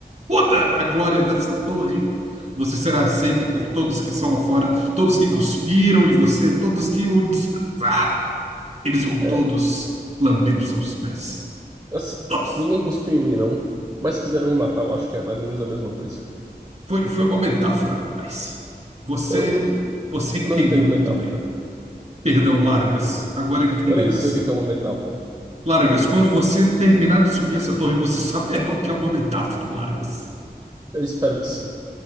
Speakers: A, on the right; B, on the right.
A: toda a glória dessa torre, você será aceito por todos que estão lá fora, todos que cuspiram em você, todos que o desprezaram. Eles vão
B: é,
A: todos
B: é,
A: lamber os seus pés.
B: assim,
A: Nossa,
B: ninguém cuspiu em mim, não. Mas quiseram me matar, eu acho que é mais ou menos a mesma coisa.
A: foi, foi uma metáfora, rapaz. Você,
B: Eu n-
A: você entendeu
B: não entendo
A: muito
B: metáfora.
A: bem. Perdão, Largas, agora entenderás.
B: Eu nem sei o que que é uma metáfora.
A: Largas, quando você terminar de subir essa torre, você saberá o que é uma metáfora, Largas.
B: Eu espero que sim.